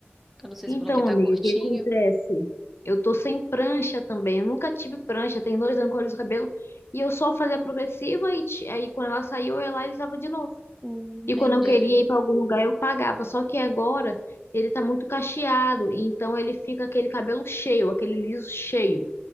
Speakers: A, in the centre; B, on the left.
A: Eu não sei
B: Então,
A: se você falou que tá
B: amiga,
A: curtinho.
B: o que acontece? Eu tô sem prancha também. Eu nunca tive prancha. Tem dois anos que eu aliso o cabelo. E eu só fazia progressiva e ti- aí quando ela saiu, eu ia lá e alisava de novo.
A: Hum,
B: E
A: entendi.
B: quando eu queria ir pra algum lugar, eu pagava. Só que agora ele tá muito cacheado. Então ele fica aquele cabelo cheio, aquele liso cheio.